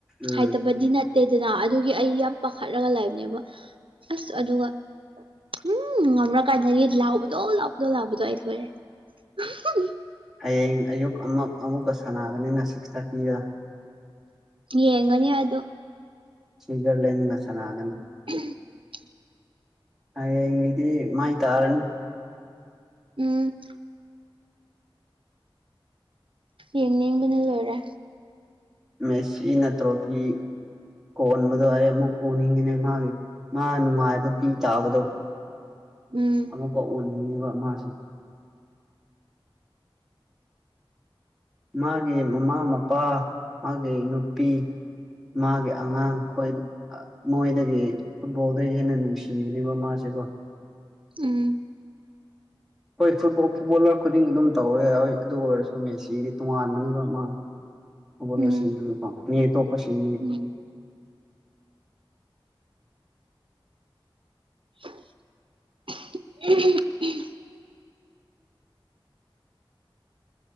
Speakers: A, in the centre; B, on the right.
A: ꯎꯝ
B: ꯍꯥꯏꯇꯕꯗꯤ ꯅꯠꯇꯦ ꯑꯇꯩꯗꯅ ꯑꯗꯨꯒꯤ ꯑꯩ ꯌꯥꯝ ꯄꯥꯈꯠꯂꯒ ꯂꯩꯕꯅꯦꯕ ꯑꯁ ꯑꯗꯨꯒ ꯎꯝ ꯉꯝ꯭ꯔꯀꯥꯟꯗꯗꯤ ꯂꯥꯎꯕꯗꯣ ꯂꯥꯎꯕꯗꯣ ꯂꯥꯎꯕꯗꯣ ꯑꯩ ꯂꯣꯏꯔꯦ ꯎ
A: ꯍꯌꯦꯡ ꯑꯌꯨꯛ ꯑꯃꯨꯛ ꯑꯃꯨꯛꯀ ꯁꯥꯟꯅꯒꯅꯤꯅ ꯁꯤꯛꯁ ꯊꯥꯔꯇꯤꯒ
B: ꯌꯦꯡꯒꯅꯤ ꯑꯗꯣ
A: ꯁ꯭ꯤꯠꯖꯔꯂꯦꯟ ꯉ ꯆꯅꯅꯥꯒꯅꯤ
B: <unintelligible>
A: ꯍꯌꯦꯡꯒꯤꯗꯤ ꯃꯥꯏ ꯇꯥꯔꯅꯤ
B: ꯎꯝ ꯌꯦꯡꯅꯤꯡꯕꯅ ꯂꯣꯏꯔꯦ
A: ꯃꯦꯁꯤ ꯅꯠꯇ꯭ꯔꯣꯐꯤ ꯀꯣꯟꯕꯗꯣ ꯑꯩ ꯑꯃꯨꯛ ꯎꯅꯤꯡꯉꯤꯅꯦ ꯃꯥꯒꯤ ꯃꯥ ꯅꯨꯡꯉꯥꯏꯕ ꯄꯤ ꯇꯥꯕꯗꯣ
B: ꯎꯝ
A: ꯑꯃꯨꯛꯀ ꯑꯣꯟꯅꯤꯡꯉꯦꯕ ꯃꯥꯁꯦ ꯃꯥꯒꯤ ꯃꯃꯥ ꯃꯄꯥ ꯃꯥꯒꯤ ꯅꯨꯄꯤ ꯃꯥꯒꯤ ꯑꯉꯥꯡ ꯈꯣꯏ ꯃꯣꯏꯗꯒꯤ ꯐꯨꯠꯕꯣꯜꯗꯒꯤ ꯍꯦꯟꯅ ꯅꯨꯡꯁꯤꯒꯅꯤꯕ ꯃꯥꯁꯦꯀꯣ
B: ꯎꯝ
A: ꯍꯣꯏ ꯐꯨꯠ ꯐꯨꯠꯕꯣꯂꯔ ꯈꯨꯗꯤꯡ ꯑꯗꯨꯝ ꯇꯧꯔꯦ ꯍꯣꯏ ꯑꯗꯨ ꯑꯣꯏꯔꯁꯨ ꯃꯦꯁꯤꯒꯤ ꯇꯣꯉꯥꯟꯕꯅꯤ ꯑꯃ ꯐꯨꯠꯕꯣꯜꯂꯔꯁꯤꯪ
B: ꯎꯝ
A: ꯃꯤ ꯑꯥꯇꯣꯞꯄ ꯁꯤꯡ
B: ꯎꯝ ꯎ <unintelligible>